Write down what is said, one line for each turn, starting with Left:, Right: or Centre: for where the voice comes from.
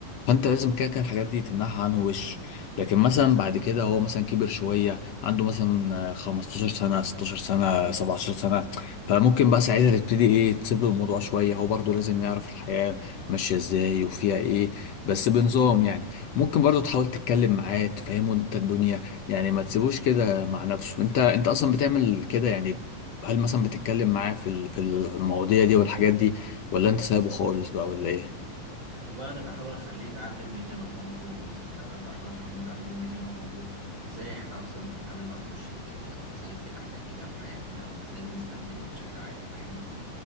Left: فأنت لازم كده كده الحاجات دي تمنعها عنه وش لكن مثلا بعد كده هو مثلا كبر شوية عنده مثلا 15 سنة 16 سنة 17 سنة فممكن بقى ساعتها تبتدي ايه تسيب له الموضوع شوية هو برضه لازم يعرف الحياة ماشية ازاي وفيها ايه بس بنظام يعني ممكن برضه تحاول تتكلم معاه تفهمه انت الدنيا يعني ما تسيبوش كده مع نفسه انت انت اصلا بتعمل كده يعني هل مثلا بتتكلم معاه في ال- في المواضيع دي والحاجات دي ولا انت سايبه خالص بقى ولا ايه
Right: والله انا بحاول اخليه يتعلم مني انا ومامته يعني الاولاد بحاول اخليهم يتعلموا مني انا ومامته ازاي احنا اصلا بنتعامل مع السوشيال ميديا وازاي بنحتك بيها في حياتنا وازاي بنستخدمها بشكل عام فاهمني